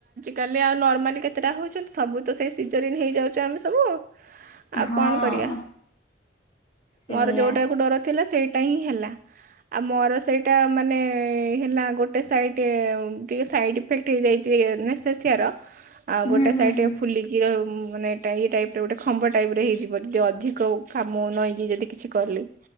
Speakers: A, on the right; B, on the left.
A: ତାଲେ ଆଉ ନର୍ମାଲି କେତେଟା ହଉଛନ୍ତି ସବୁ ତ ସେଇ ସିଜରିଆନ୍ ହେଇଯାଉଚେ ଆମେ ସବୁ। ଆଉ
B: ହଁ
A: କ, ଣ କରିବା
B: ସେଇଆ
A: ମୋର ଯୋଉଟାକୁ ଡ଼ର ଥିଲା ସେଇ ଟା ହିଁ ହେଲା ଆଉ ମୋର ସେଇଟା ମାନେ ହେଲା ଗୋ ଗୋଟେ ସାଇଟି ଟିକେ ସାଇଡ଼ିଇଫେକ୍ଟ ହେଇଯାଇଛି ଇନ୍ସେସ୍ଥେସିଆର। ଆଉ
B: ହୁଁ
A: ଗୋଟେ
B: ହୁଁ
A: ସାଇଟ୍
B: ହୁଁ
A: ଟିକେ ଫୁଲି ଜିର ମାନେ ଟାଇ ଟାଇପର ଗୋଟେ ଖମ୍ବ ଟାଇପ୍ର ହେଇଚି ମତେ ଟିକେ ଅଧିକ କାମ ନଇଁକି ଯଦି କିଛି କରିଲି <inaudible>